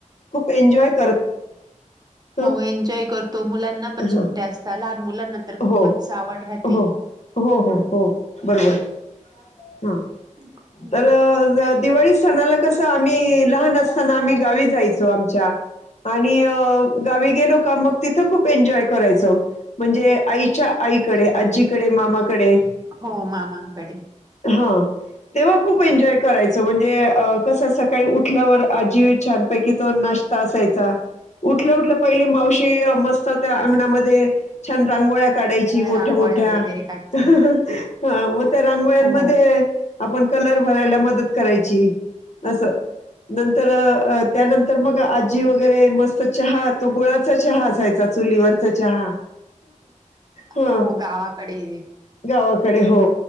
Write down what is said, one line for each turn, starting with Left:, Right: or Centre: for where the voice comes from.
Left: खूप एन्जॉय <inaudible> ह
Right: हो एन्जॉय करतो, मुलांना पण
Left: हां
Right: सुट्ट्या असतात, लहान मुलांना तर खूपच
Left: हो
Right: आवड राहते
Left: हो हो हो हो, बरोबर. हं,
Right: हम्म
Left: तर ज दिवाळी सनाला कसं, आम्ही लहान असताना, आम्ही गावी जायचो, आमच्या. आम्ही गावी गेलो का मग तिथं खूप एन्जॉय करायचो म्हणजे आईच्या आईकडे
Right: अच्छा
Left: आजीकडे मामाकडे
Right: हो मामांकडे
Left: हो तेव्हा खूप एन्जॉय करायचो म्हणजे कसं सकाळी उठल्यावर आजी छानपैकी तो ना - ष्टा असायचा उठल्या उठल्या पहिले मावशी मस्त त्या अंगणामध्ये छान रांगोळ्या काढायची
Right: अ,
Left: मोठ्या
Right: रांगोळ्या
Left: मोठ्या
Right: वगैरे काढता
Left: हं हं मग त्या रांगोळ्या
Right: हो
Left: म- - ध्ये आपण कलर भरायला मदत करायची असं नंतर त्यानंतर मग आजी वगैरे मस्त चहा तो गुळचा तो चहा असायचा चुलीवरचा चहा हां.
Right: हम गावाकडे
Left: गावाकडे हो